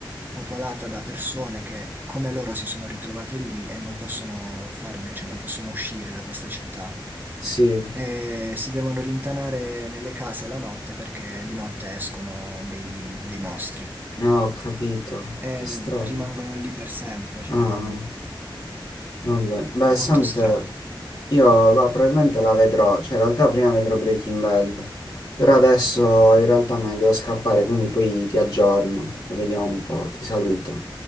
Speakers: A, on the right; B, on the left.
A: popolata da persone che, come loro, si sono ritrovate lì e non possono farne, cioè non possono uscire da questa città.
B: Sì,
A: E si devono rintanare nelle case la notte perché di notte escono dei dei mostri.
B: ah, ho capito.
A: e
B: Che strano.
A: rimangono lì per sempre, cioè
B: Ah, ah, vabbè. Beh, sente,
A: molto strana.
B: Io va, probabilmente la vedrò, cioè in realtà prima vedrò Breaking Bad, però adesso in realtà me ne devo scappare, quindi poi ti aggiorno, vediamo un po', ti saluto.